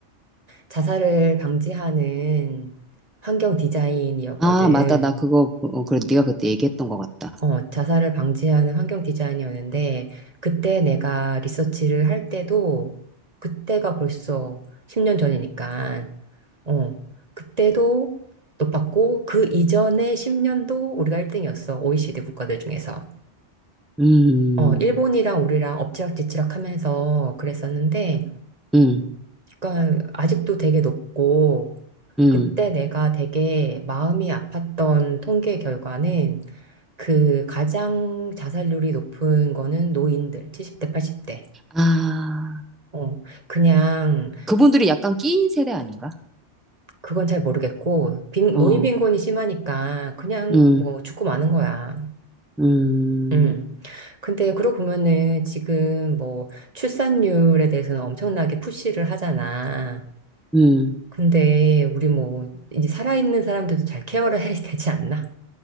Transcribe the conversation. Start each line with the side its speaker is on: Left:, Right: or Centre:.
Right: 자살을 방지하는 환경 디자인이었거든.
Centre: 아, 맞다. 나 그거, 어, 그래. 네가 그때 얘기했던 것 같다.
Right: 어, 자살을 방지하는 환경 디자인이었는데, 그때 내가 리서치를 할 때도, 그때가 벌써 10년 전이니까, 어, 그때도 높았고, 그 이전에 10년도 우리가 1등이었어. OECD 국가들 중에서.
Centre: 음,
Right: 어, 일본이랑 우리랑 엎치락뒤치락 하면서 그랬었는데,
Centre: 음,
Right: 그러니까 아직도 되게 높고,
Centre: 음.
Right: 그때 내가 되게 마음이 아팠던 통계 결과는 그 가장 자살률이 높은 거는 노인들 70대, 80대.
Centre: 아,
Right: 어, 그냥
Centre: 그분들이 약간 끼인 세대 아닌가?
Right: 그건 잘 모르겠고 빈,
Centre: 어,
Right: 노인 빈곤이 심하니까 그냥
Centre: 음,
Right: 뭐 죽고 마는 거야.
Centre: 음,
Right: 음. 근데 그러고 보면은 지금 뭐 출산율에 대해서는 엄청나게 푸시를 하잖아.
Centre: 음.
Right: 근데 우리 뭐 이제 살아있는 사람들도 잘 케어를 해야 되지 않나?